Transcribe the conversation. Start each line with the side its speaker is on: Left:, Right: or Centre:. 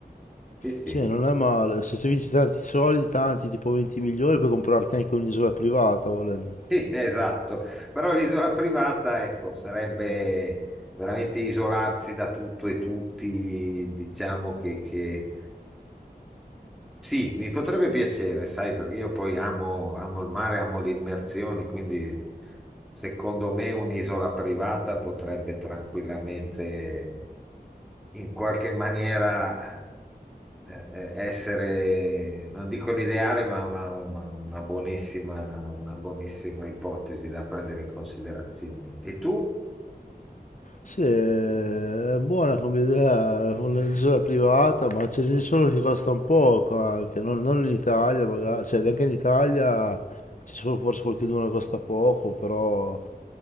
Centre: Sì, sì,
Left: Sì, non è male. Se, se vinci tanti soldi, tanti, tipo 20 milioni, puoi comprarti anche un'isola privata volendo.
Centre: Sì, esatto. Però l'isola privata, ecco, sarebbe veramente isolarsi da tutto e tutti, diciamo che, che- Sì, mi potrebbe piacere, sai, perché io poi amo, amo il mare, amo le immersioni, quindi secondo me un'isola privata potrebbe tranquillamente in qualche maniera eh, eh, essere, non dico l'ideale, ma, ma una, una buonissima, una buonissima ipotesi da prendere in considerazione. E tu?
Left: Sì, è buona come idea, un'isola privata, ma ce ne sono che costano poco anche, non, non in Italia magari, cioè neanche in Italia C'è solo forse qualcheduno che costa poco, però